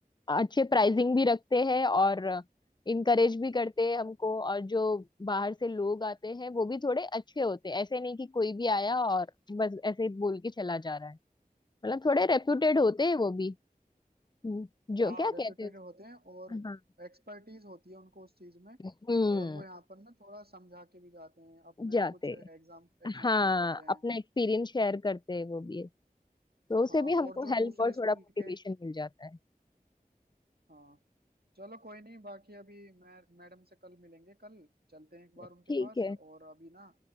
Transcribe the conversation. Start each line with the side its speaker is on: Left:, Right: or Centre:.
Left: अच्छे प्राइजिंग भी रखते हैं और इनकरेज भी करते हैं हमको और जो बाहर से लोग आते हैं वो भी थोड़े अच्छे होते हैं ऐसे नहीं कि कोई भी आया और बस ऐसे ही बोल के चला जा रहा है मतलब थोड़े रेप्यूटेड होते हैं वो भी हम्म, जो
Right: हाँ
Left: क्या कहते
Right: रेप्यूटेड
Left: हैं
Right: होते हैं और
Left: हाँ
Right: एक्सपर्टीज होती है उनको उस चीज में
Left: हम्म
Right: और वो यहाँ पर ना थोड़ा समझा के भी जाते हैं अपने
Left: जाते
Right: भी कुछ एग्जाम एग्जाम्पल्स
Left: हाँ
Right: देते हैं
Left: अपना एक्सपीरियंस शेयर करते हैं वो भी है तो
Right: हाँ
Left: उसे भी हमको
Right: और जो
Left: हेल्प
Right: दूसरे
Left: और
Right: स्कूल
Left: थोड़ा मोटिवेशन
Right: के
Left: मिल जाता है
Right: हाँ चलो कोई नहीं बाकी अभी मैं मैडम से कल मिलेंगे कल चलते हैं एक बार
Left: ठीक
Right: उनके पास
Left: है
Right: और अभी ना